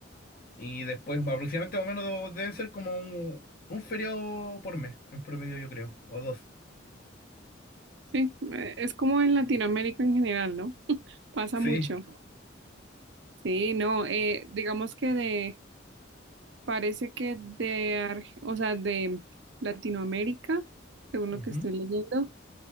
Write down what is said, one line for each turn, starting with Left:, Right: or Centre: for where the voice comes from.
Left: y después aproximadamente más o menos debo- deben ser como un, un feriado por mes, en promedio yo creo, o dos.
Right: ¿sí? eh, es como en Latinoamérica en general, ¿no? <laughs> Pasa
Left: Sí.
Right: mucho. Sí, no, eh, digamos que de, parece que de, Arge- o sea, de Latinoamérica, según
Left: ujú.
Right: lo que estoy leyendo,